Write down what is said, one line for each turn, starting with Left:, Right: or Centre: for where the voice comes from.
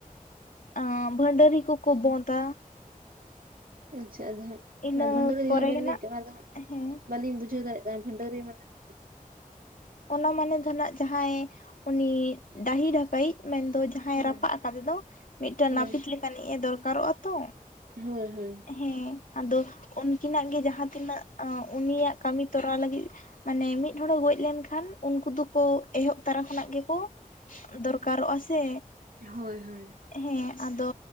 Left: ᱟᱸ ᱵᱷᱚᱰᱟᱹᱨᱤ ᱠᱚᱠᱚ ᱵᱳᱛᱟ᱾
Right: ᱟᱪᱪᱷᱟ ᱟᱫᱚ ᱦᱟᱸᱜ,
Left: ᱤᱱᱟᱹ
Right: ᱚᱱᱟ ᱵᱷᱟᱹᱰᱟᱹᱨᱤ
Left: ᱯᱚᱨᱮ
Right: ᱡᱟᱦᱟᱸ ᱵᱮᱱ
Left: ᱜᱮ
Right: ᱞᱟᱹᱭ
Left: ᱱᱟᱜ
Right: ᱠᱮᱫ, ᱚᱱᱟ ᱫᱚ ᱦᱟᱸᱜ
Left: ᱦᱮᱸ
Right: ᱵᱟᱹᱞᱤᱧ ᱵᱩᱡᱷᱟᱹᱣ ᱫᱟᱲᱮᱭᱟᱜ ᱠᱟᱱᱟ, ᱵᱷᱟᱹᱰᱟᱹᱨᱤ ᱢᱟᱱᱮ? ᱫᱚ
Left: ᱚᱱᱟ ᱢᱟᱱᱮ ᱫᱚ ᱱᱟᱜ ᱡᱟᱦᱟᱸᱭ ᱩᱱᱤ, ᱰᱟᱹᱦᱤ ᱰᱟᱠᱟᱭᱤᱡ ᱢᱮᱱᱫᱚ ᱡᱟᱦᱟᱸ ᱡᱟᱦᱟᱸᱭ
Right: ᱦᱳᱭ
Left: ᱨᱟᱯᱟᱜ ᱠᱟᱫᱮ ᱫᱚ, ᱢᱤᱫᱴᱟᱱ
Right: ᱦᱳᱭ
Left: ᱱᱟᱹᱯᱤᱛ ᱞᱮᱠᱟᱱᱤᱡ ᱮ, ᱫᱚᱨᱠᱟᱨᱚᱜᱼᱟ ᱛᱚ᱾
Right: ᱦᱳᱭ, ᱦᱳᱭ᱾
Left: ᱦᱮᱸ ᱟᱫᱚ ᱩᱱᱠᱤᱱᱟᱜ ᱜᱮ, ᱡᱟᱦᱟᱸ ᱛᱤᱱᱟᱹᱜ ᱩᱱᱤᱭᱟᱜ ᱠᱟᱹᱢᱤ ᱛᱚᱨᱟᱣ ᱞᱟᱹᱜᱤᱫ, ᱢᱟᱱᱮ ᱢᱤᱫ ᱦᱚᱲᱮ ᱜᱚᱡ ᱞᱮᱱᱠᱷᱟᱱ, ᱠᱷᱟᱱ ᱩᱱᱠᱩ ᱫᱚᱠᱚ, ᱮᱦᱚᱵ ᱛᱚᱨᱟ ᱠᱷᱚᱱᱟᱜ ᱜᱮᱠᱚ ᱫᱚᱨᱠᱟᱨᱚᱜᱼᱟ ᱥᱮ᱾
Right: ᱦᱳᱭ, ᱦᱳᱭ᱾
Left: ᱦᱮᱸ ᱟᱫᱚ